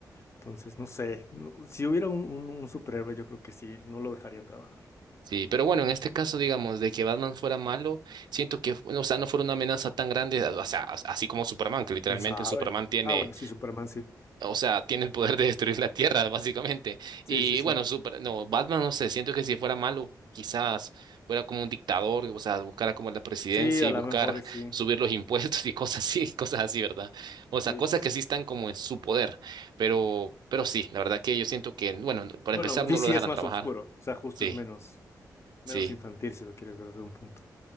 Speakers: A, on the left; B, on the right.
A: Entonces, no sé. no- Si hubiera un, un un superhéroe, yo creo que sí, no lo dejarían trabajar.
B: Sí, pero bueno, en este caso, digamos, de que Batman fuera malo, siento que, fu- o sea, no fuera una amenaza tan grande, o sea, as- así como Superman, que literalmente
A: ¿Quién sabe?
B: Superman tiene
A: Ah, bueno, sí, Superman, sí.
B: O sea, tiene el poder de destruir la Tierra, básicamente.
A: Sí,
B: Y
A: sí, sí.
B: bueno, super, no, Batman, no sé, siento que si fuera malo, quizás fuera como un dictador, o sea, buscara como la presidencia
A: Sí, a
B: y
A: lo
B: buscar
A: mejor y sí.
B: subir los <laughs> impuestos y cosas así, <laughs> cosas así, ¿verdad? O sea,
A: Sí,
B: cosas
A: sí, sí.
B: que sí están como en su poder. Pero, pero sí, la verdad que yo siento que, bueno, para
A: Bueno,
B: empezar
A: DC
B: no lo dejarán
A: es más
B: trabajar.
A: oscuro, o sea, justo
B: Sí,
A: es menos, menos
B: sí.
A: infantil si lo quieres ver desde un punto.